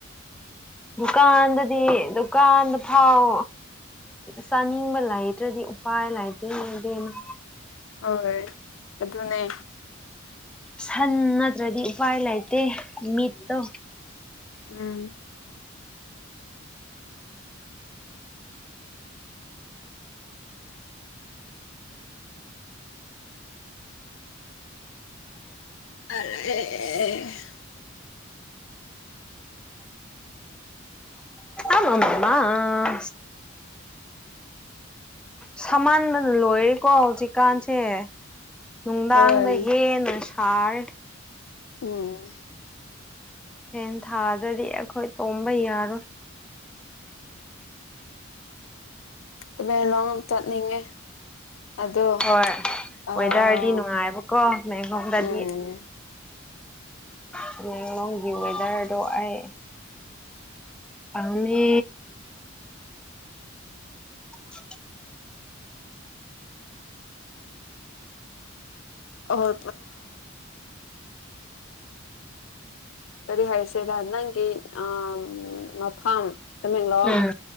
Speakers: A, in the centre; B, on the left.
A: ꯗꯨꯀꯥꯟꯗꯗꯤ ꯗꯨꯀꯥꯟꯗ ꯐꯥꯎ ꯆꯥꯅꯤꯡꯕ ꯂꯩꯇ꯭ꯔꯗꯤ ꯎꯄꯥꯏ ꯂꯩꯇꯦ ꯢꯕꯦꯝꯃ
B: ꯍꯣꯏ ꯑꯗꯨꯅꯦ
A: ꯁꯥꯟ ꯅꯠꯇ꯭ꯔꯗꯤ ꯎꯄꯥꯏ ꯂꯩꯇꯦ ꯃꯤꯠꯇꯣ
B: ꯎꯝ ꯑ <unintelligible>
A: ꯑꯃ ꯃꯃ <unintelligible> ꯁꯝꯍꯟꯕꯅ ꯂꯣꯏꯔꯀꯣ ꯍꯧꯖꯤꯛꯀꯥꯟꯁꯦ ꯅꯨꯡꯗꯥꯡꯗ
B: ꯍꯣꯏ
A: ꯍꯦꯟꯅ ꯁꯥꯔꯦ
B: ꯎꯝ
A: ꯐꯦꯟ ꯊꯥꯗ꯭ꯔꯗꯤ ꯑꯩꯈꯣꯏ ꯇꯨꯝꯕ ꯌꯥꯔꯣꯏ
B: ꯇꯥꯃꯦꯡꯂꯣꯡ ꯆꯠꯅꯤꯡꯉꯦ ꯑꯗꯣ
A: ꯍꯣꯏ
B: ꯑ
A: ꯋꯦꯗ꯭ꯔꯗꯤ ꯅꯨꯡꯉꯥꯏꯕꯀꯣ ꯇꯥꯃꯦꯟꯂꯣꯡꯗꯗꯤ
B: ꯎꯝ
A: ꯇꯥꯃꯦꯟꯂꯣꯡꯒꯤ ꯋꯦꯗꯔꯗꯣ ꯑꯩ ꯄꯥꯝꯃꯦ <inaudible>
B: ꯑꯣ ꯑ ꯀꯔꯤ ꯍꯥꯏꯁꯤꯔꯥ ꯅꯪꯒꯤ ꯑ ꯅꯪꯒꯤ ꯃꯐꯝ ꯇꯥꯃꯦꯟꯂꯣꯡ
A: ꯎꯝ